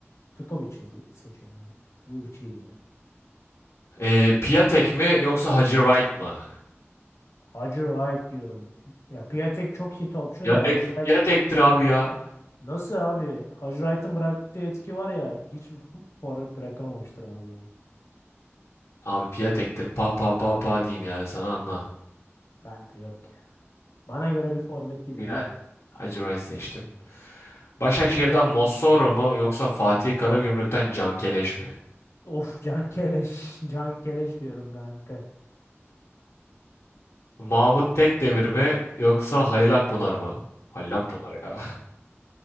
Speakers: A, on the left (about 80°); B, on the left (about 65°).
A: Tukovic'i se- seçiyorum abi. Tukovic iyiydi ya.
B: Ee, Piatek mi yoksa Hacı Wright mı?
A: Hacı Wright diyorum. Ya Piatek çok iyi topçu
B: Piatek,
A: da Hacı Wright.
B: Piatek'tir abi ya.
A: Nasıl abi? Hacı Wright'ın bıraktığı etki var ya hiçbir fut- forvet bırakamamıştır Anadolu'da.
B: Abi Piatek'tir. Pa pa pa pa diyeyim yani sana anla.
A: Kanka yok ya. Bana göre bir forvet değil
B: Yani
A: biliyor musun?
B: Hacı Wright seçtim. Başakşehir'den Mossoro mu yoksa Fatih Karagümrük'ten Cankeleş mi?
A: Of Can Keleş. <laughs> Can Keleş diyorum kanka.
B: Mahmut Tekdemir mi yoksa Halil Akpınar mı? Halil Akpınar ya. <laughs>